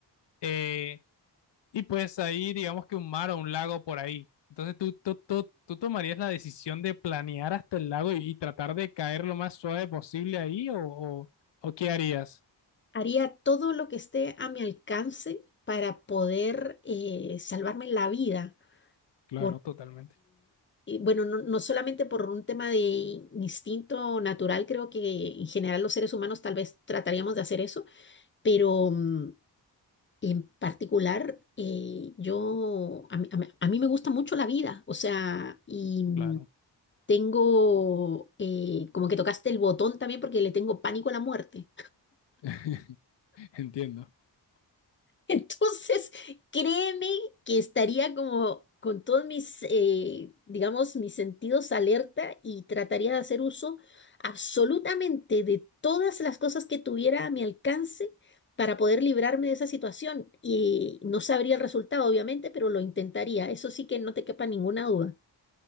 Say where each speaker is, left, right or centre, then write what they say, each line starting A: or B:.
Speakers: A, on the left; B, on the left.
A: eh, y pues ahí, digamos que un mar o un lago por ahí. Entonces tú, tú, tú, tú tomarías la decisión de planear hasta el lago y, y tratar de caer lo más suave posible ahí o, o, o qué harías.
B: Haría todo lo que esté a mi alcance para poder eh, salvarme la vida,
A: Claro,
B: porque,
A: totalmente.
B: eh, bueno, no, no solamente por un tema de instinto natural, creo que en general los seres humanos tal vez trataríamos de hacer eso, pero mm, en particular eh, yo, a, mí a mí- a mí me gusta mucho la vida, o sea, y mm,
A: Claro.
B: tengo, eh, como que tocaste el botón también porque le tengo pánico a la muerte.
A: <laughs> Entiendo.
B: Entonces, créeme que estaría como con todos mis, eh, digamos, mis sentidos alerta y trataría de hacer uso absolutamente de todas las cosas que tuviera a mi alcance para poder librarme de esa situación. Y no sabría el resultado, obviamente, pero lo intentaría. Eso sí que no te quepa ninguna duda.